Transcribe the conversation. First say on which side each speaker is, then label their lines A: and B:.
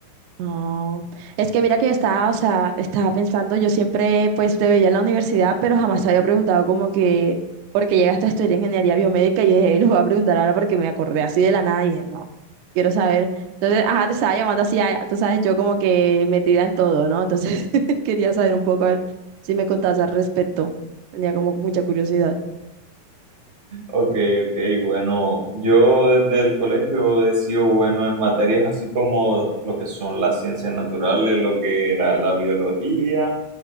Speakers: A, on the right (about 75°); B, on the right (about 30°).
A: No, es que mira que yo estaba, o sea, estaba pensando, yo siempre pues te veía en la universidad, pero jamás te había preguntado como que, porque llegaste a estudiar ingeniería biomédica y dije, lo voy a preguntar ahora porque me acordé así de la nada y dije, no, quiero saber. Entonces, ajá, te estaba llamando así, ah, tú sabes, yo como que metida en todo, ¿no? Entonces, <laughs> quería saber un poco, a ver si me contabas al respecto. Tenía como mucha curiosidad.
B: Ok, ok, bueno, yo desde el colegio he sido bueno en materias así como lo que son las ciencias naturales, lo que era la biología,